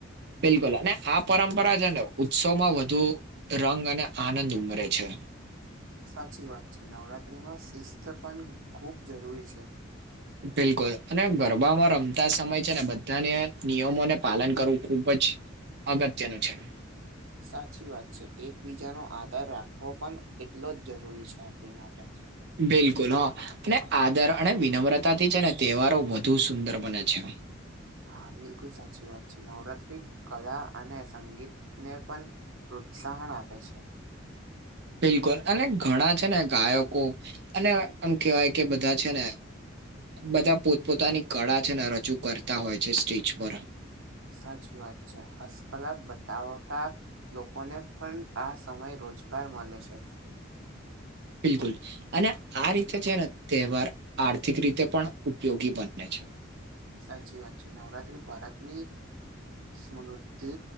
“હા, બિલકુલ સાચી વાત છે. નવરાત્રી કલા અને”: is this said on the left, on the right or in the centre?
Right